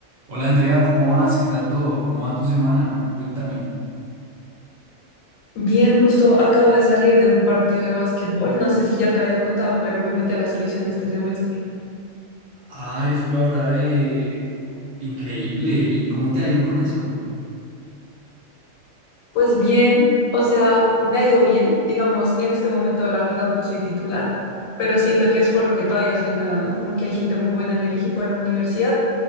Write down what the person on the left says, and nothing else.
Bien, justo acabo de salir de un partido de básquetbol, no sé si ya te había contado, pero me metí a la selección este semestre.
Pues bien, o sea, me ha ido bien, digamos, en este momento la verdad no soy titular, pero siento que es por lo que todavía soy nueva, ¿no? Como que hay gente muy buena en el equipo de la universidad,